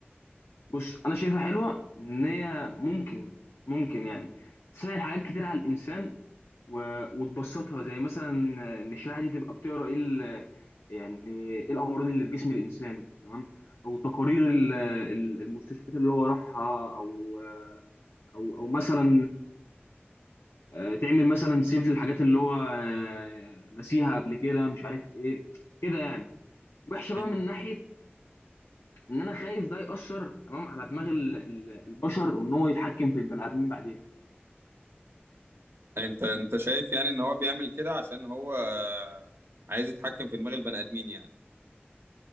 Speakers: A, on the left (about 75°); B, on the right (about 65°).
A: بص انا شايفها حلوه ان هي ممكن ممكن يعني تسهل حاجات كتير على الانسان و... وتبسطها زي مثلا ان الشريحه دي تبقى بتقرا ايه ال... يعني ايه الامراض اللي في جسم الانسان تمام او تقارير ال- ال- المستشفيات اللي هو راحها او او او مثلا آه، تعمل مثلا سيف للحاجات اللي هو آه، نسيها قبل كده مش عارف ايه كده يعني وحشه
B: مم.
A: بقى من ناحيه ان انا خايف ده يأثر تمام على دماغ ال- ال- البشر وان هو يتحكم في البني ادمين بعدين
B: أنت أنت شايف يعني إن هو بيعمل كده عشان هو آه، عايز يتحكم في دماغ البني آدمين يعني